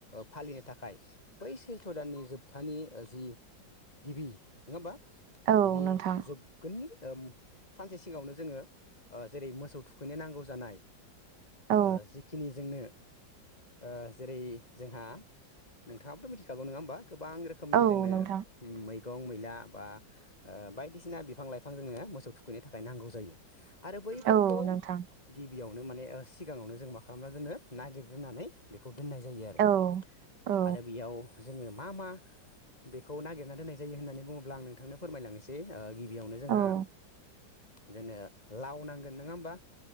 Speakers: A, on the left (about 20°); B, on the right (about 65°).
A: फालिनो थाखाय बैस सैथ' दाननि जोबथानि जि गिबि नङा होमबा
B: औ
A: बिनि
B: नोंथां
A: जोबगोननि ओ सानसे सिगाङावनो जोङो ओ जेरै मोसौ थुखैनो नांगौ जानाय
B: औ
A: ओ जिखिनि जोंनो ओ जेरै जोंहा नोंथाङाबोथ' मिथिखागौ नङा होमबा? गोबां रोखोमनि
B: औ
A: जोंनो
B: नोंथां
A: मै मैगं मैला बा बायदिसिना बिफां लाइफां जोंनो मोसौ थुखैनो थाखाय नांगौ जायो आरो बैफोरखौ
B: औ नोंथां
A: गिबियावनो माने सिगाङावनो जों मा खालामना दोनो नागिरग्रोनानै बेखौ दोननाय जायो आरो
B: औ औ
A: आरो बेयाव जोङो मा मा बेखौ नागिरना दोननाय जायो होननानै बुङोब्ला आं नोंथांनो फोरमायलांनोसै गिबियावनो जोंहा
B: औ
A: जोंनो लाव नांगोन नङा होमबा